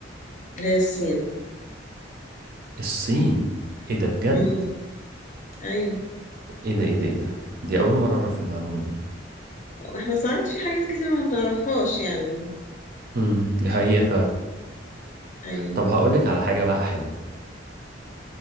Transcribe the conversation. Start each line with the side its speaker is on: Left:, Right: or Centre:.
Left: هي الصين
Right: الصين ايه ده بجد
Left: مم. ايوه
Right: ايه ده ايه ده ايه ده دي اول مرة اعرف المعلومة دي
Left: احنا ساعات في حاجات كتير ما بنعرفهاش يعني
Right: امم دي حقيقة فعلا
Left: ايوه
Right: طب هقول لك على حاجة بقى حلوة